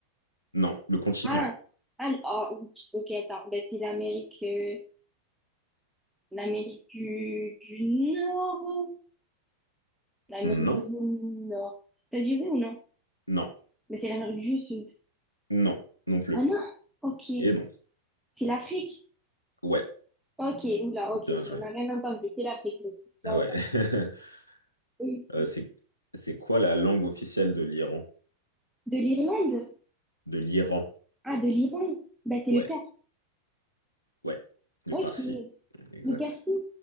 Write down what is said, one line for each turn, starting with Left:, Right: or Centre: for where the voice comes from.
Left: Non, le continent.
Centre: Ah, ah, ah, oups, ok, attends. Ben, c'est l'Amérique euh, l'Amérique du, du Nord. L'Amérique
Left: Non,
Centre: du Nord. C'est t'as dit oui ou non?
Left: non,
Centre: Mais c'est l'Amérique du Sud.
Left: non, non plus.
Centre: Ah non? Ok.
Left: Et non.
Centre: C'est l'Afrique?
Left: Ouais,
Centre: Ok, oula, ok,
Left: bien
Centre: ok.
Left: joué.
Centre: On n'a rien entendu. C'est l'Afrique. le Sud. Bien
Left: Ouais. <laughs>
Centre: Ok.
Left: Euh, c'est, c'est quoi la langue officielle de l'Iran?
Centre: De l'Irlande?
Left: De l'Iran.
Centre: Ah, de l'Iran? Ben, c'est
Left: Ouais,
Centre: le Perse.
Left: ouais. Le
Centre: Ok.
Left: farsi. Exact.
Centre: Le Persie?